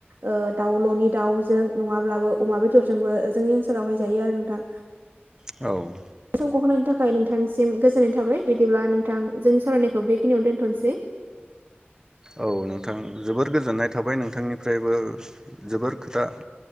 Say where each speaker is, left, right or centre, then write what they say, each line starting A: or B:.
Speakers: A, on the right; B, on the right.
A: ओ दाउ ननि दाउजों नङाब्लाबो अमा बेदरजोंबो जोंनि ओनसो लावहाय जायो आरो नोंथां
B: औ
A: खौ होनायनि थाखाय नोंथांनिसिम गोजोननाय थाबाय बिदिब्ला नोंथां जोंनि सावरायनायखौ बेखिनियावनो दोन्थ नोसै
B: औ नोंथां जोबोर गोजोननाय थाबाय नोंथांनिफ्रायबो जोबोर खोथा